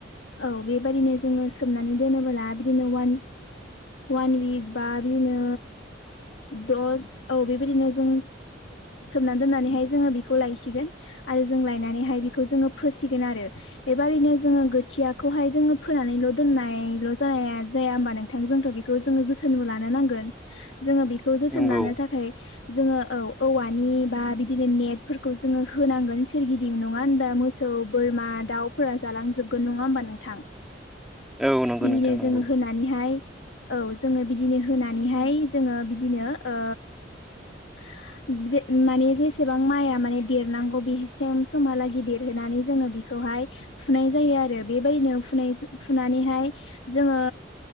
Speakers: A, on the left; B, in the centre.
A: औ बेबायदिनो जोङो सोमनानै दोनोबोला बिदिनो वान वान विइक बा बिदिनो दद औ बेबायदिनो जों सोमना दोननानैहाय जोङो बिखौ लायसिगोन आरो जों लायनानैहाय बिखौ जोङो फोसिगोन आरो बेबारैनो जोङो खोथियाखौहाय जोङो फोनानैल' दोननायल' जाया -जाया होमबा नों -थां जोंथ' बेखौ जोङो जोथोनबो लानो नांगोन। जोङो बेखौ जोथोन
B: नंगौ
A: लानो थाखाय जोङो औ औवानि बा बिदिनो नेटफोरखौ जोङो होनांगोन सोरगिदिं नङा होनबा मो -सौ, बोरमा, दाउफोरा जालांजोबगोन नङा होमबा नोंथां?
B: औ नंगौ
A: बिदिनो
B: नोंथां नंगौ
A: जोङो होनानैहाय औ जोङो बिदिनो होनानैहाय जोङो बिदिनो ओ <unintelligible> माने जेसेबां माइआ माने देरनांगौ बेसे समहालागि देरहोनानै जोङो बेखौहाय फुनाय जायो आरो बेबायदिनो फुनाय- फुनानैहाय जोङो